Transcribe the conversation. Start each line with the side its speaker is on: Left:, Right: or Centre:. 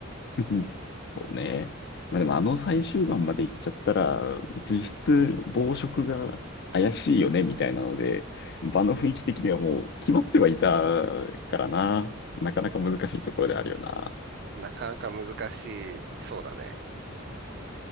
Left: <laughs> そうね。まあでもあの最終盤まで行っちゃったら、実質暴食が怪しいよね、みたいなので、場の雰囲気的にはもう決まってはいたからな。なかなか難しいところであるよな。
Right: なかなか難しい、そうだね。